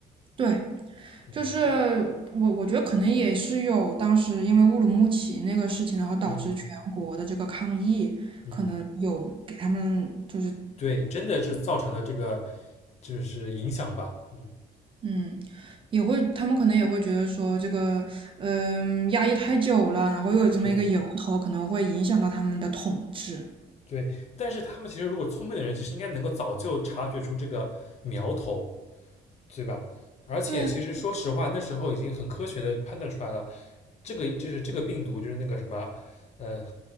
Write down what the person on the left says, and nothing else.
嗯
嗯嗯嗯，
对，真的是造成了这个就是影响吧，嗯，
对
对，但是他们其实如果聪明的人，其实应该能够早就察觉出这个苗头，对吧？而且其实说实话，
那时候已经很科学的判断出来了，这个就是这个病毒就是那个什么，呃，